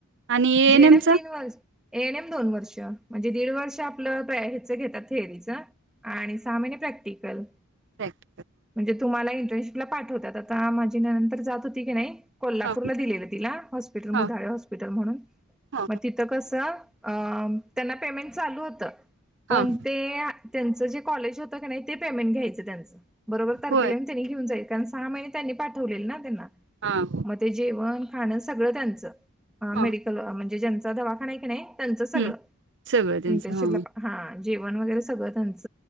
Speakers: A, on the right; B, in the centre.
A: आणि ए-एन-एमचा?
B: जी एन एम तीन वर्ष ए एन एम दोन वर्ष, म्हणजे दीड वर्ष आपलं प्र हेच घेतात थेअरीच. आणि सहा महिने प्रॅक्टिकल.
A: करेक्ट.
B: म्हणजे तुम्हाला इंटर्नशिपला पाठवतात, आता माझी ननंद तर जात होती की नाही कोल्हापूरला
A: हां,
B: दिलेलं तिला हॉस्पिटल
A: हां,
B: मुधाळे हॉस्पिटल म्हणून
A: हां,
B: मग ती थ कसं त्यांना पेमेंट चालू होत पण
A: हां.
B: ते त्यांच जे कॉलेज होतं की नाही ते पेमेंट घ्यायचं त्यांचं बरोबर तारखेला
A: होय.
B: येऊन त्यांनी घेऊन जायच कारण सहा महिने त्यांनी पाठवलेलं ना त्यांना.
A: हा.
B: मग ते जेवण खाणं सगळं त्यांचं, हा
A: हां,
B: मेडिकल म्हणजे ज्यांचा दवाखाना आहे की नाही त्यांचं सगळं
A: हं. सगळं त्यांचं.
B: इंटर्नशिपला
A: हां,
B: हा जेवण वगैरे सगळं त्यांच.